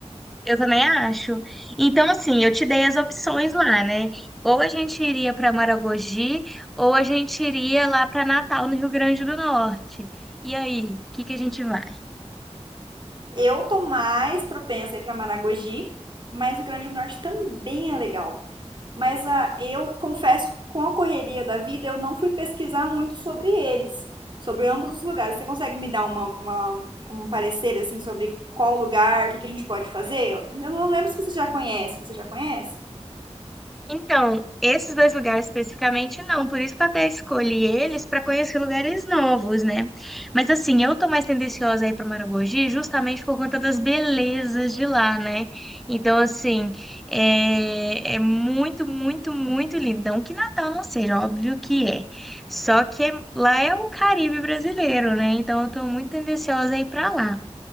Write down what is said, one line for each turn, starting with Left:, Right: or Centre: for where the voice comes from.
Centre: Eu também acho. Então, assim, eu te dei as opções lá, né? Ou a gente iria para Maragogi, ou a gente iria lá para Natal, no Rio Grande do Norte. E aí, o que que a gente vai?
Right: Eu tô mais propensa a ir pra Maragogi, mas o Rio Grande do Norte também é legal. Mas ah, eu confesso, com a correria da vida, eu não fui pesquisar muito sobre eles, sobre ambos os lugares. Você consegue me dar uma, uma- um parecer, assim, sobre qual lugar, o que que a gente pode fazer? Eu não lembro se você já conhece. Você já conhece?
Centre: Então, esses dois lugares especificamente não, por isso que eu até escolhi eles para conhecer lugares novos, né? Mas assim, eu tô mais tendenciosa aí para Maragogi justamente por conta das belezas de lá, né? Então, assim, é, é muito, muito, muito lindo. Não que Natal não seja, óbvio que é. Só que é- lá é o Caribe brasileiro, né? Então, eu tô muito tendenciosa aí para lá.